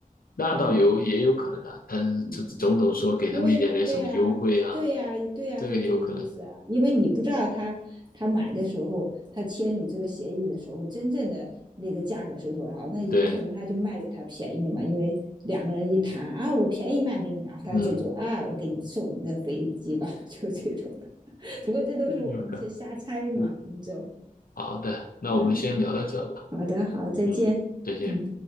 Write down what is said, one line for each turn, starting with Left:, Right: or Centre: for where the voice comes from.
Left: 那倒有也有可能啊，
Right: 嗯
Left: 但是这种种说给他们一点点什么优惠啊，
Right: 嗯，因为对呀、对呀、啊对呀、
Left: 这个有可能。
Right: 啊就是这个意思啊，因为你不知道他他买的时候，他签署这个协议的时候，真正的那个价格是多少，那有可能他就卖给他便宜嘛，
Left: 对，
Right: 因为。两个人一谈啊，我便宜卖给你啊，他这种啊，
Left: 嗯，
Right: 我给你送你个飞机吧，<laughs> 就这种的。不过这都是我们去瞎猜嘛，
Left: 有可能。嗯，
Right: 我们就
Left: 好的，那我们先聊到这吧。
Right: 嗯，好的，好，再见，
Left: 嗯，再见。
Right: 嗯。